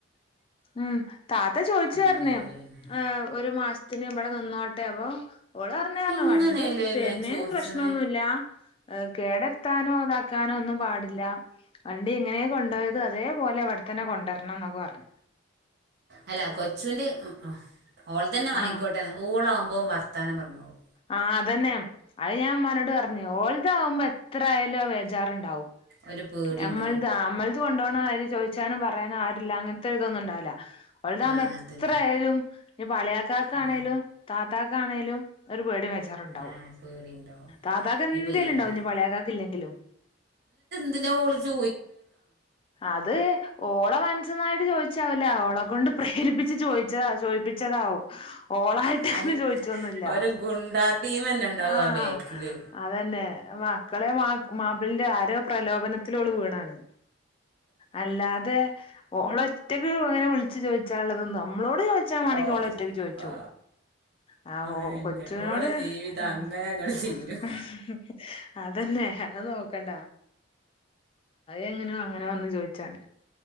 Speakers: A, on the left (about 30°); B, on the right (about 55°).
A: ഉം താത്ത ചോദിച്ചുഅറിഞ്
B: ഉം നല്ലന്നെ
A: ഒരു മാസത്തിന് ഇവിടെ നിന്നോട്ട് അതെ അപ്പൊ ഓള് അറിഞ്ഞഞ്
B: എങ്ങനെയല്ലേ
A: വണ്ടി തരുന്നേന്
B: ഞാൻ ചോദിച്ചണേ
A: പ്രശ്നൊന്നുല്ല ഏ കേടത്താനോ അതാക്കാനോ ഒന്നും പാടില്ല വണ്ടി എങ്ങനെ കൊണ്ടോയത് അതേപോലെ ഇവിടെത്തന്നെ കൊണ്ടരണം എന്നൊക്കെ പറഞ്ഞു
B: അല്ല കൊച്ചുന്റെ ആ ആ ഓൾ തന്നെ വാങ്ങിക്കോട്ടെ
A: ആഹ്
B: ഊളാകുമ്പോ വർ വർത്താനം പറഞ്ഞതാവും
A: ആ അതന്നെ അയ് ഞാൻ ഉമ്മനോട് പറഞ്ഞു ഓൾ താവുമ്പോ എത്ര ആയാലും വേജാറുണ്ടാവും.
B: ഒരു പേടിയുണ്ടാവും
A: നമ്മൾതൊ ആ നമ്മൾത് കൊണ്ടോണ കാര്യം ചോദയ്ച്ചാനും പറയാനും ആരൂല്ല അങ്ങനത്തെരിതൊന്നും ഉണ്ടാവവുല്ല ഓൽതാവുബം
B: ആ
A: എത്രയാലും
B: അതന്നെ
A: ഇപ്പം അളിയകാക്കണേലും
B: ആ
A: താത്താക്കാണേലും ഒരു പേടി വെ അച്ചാർണ്ടാവും
B: ആ പേടിയുണ്ടാവും
A: താത്താക്ക്‌ എന്തേലും
B: ഇനിയിപ്പോ ഇയ്യന്ന്
A: ഇണ്ടാവും ഇഞ്ഞിപ്പം അളിയാകാക്ക് ഇല്ലെങ്കിലും
B: അതിനൊ ഓള് ചോ
A: അത് ഓള മനസ്ന്നായിട്ട് ചോദിച്ചാവില്ല ഓളെ കൊണ്ട് പ്രേരിപ്പിച്ച് ചോയി ചത ചോയിപ്പിച്ചതാവും ഓളായിട്ട് ങ്ങനെ
B: അയി
A: ചോയിചൊന്നും ഇല്ല
B: ഒരു ഗുണ്ടാ ടീമന്നെ ഉണ്ടാവും
A: ആ
B: ബേക്കില്
A: അതന്നെ മക്കളെ മാ- മാപ്പളന്റെ ആരോ പ്രലോഭനത്തില് ഓള് വീണാണ് അല്ലാതെ ഓള് ഒറ്റക്ക് അങ്ങനെ വിളിച്ചു ചോദിച്ചാുനുള്ളതൊന്നും നമ്മളോട് അത് ചോയ്ച്ചാ വാണെങ്കി
B: ഓ
A: ഓള് ഒറ്റക്ക്‌ ചോയിച്ചും
B: ആ
A: ആ
B: അയെന്നെ
A: - കൊച്ചിനോട്
B: ഓളെ ജീവിതം
A: ഉം
B: അങ്ങനെ അങ്ങട് തീരും
A: <unintelligible> അതന്നെ അത് നോക്കണ്ട എങ്ങനെയോ അങ്ങനെയോ വന്ന് ചോദിച്ചാണ്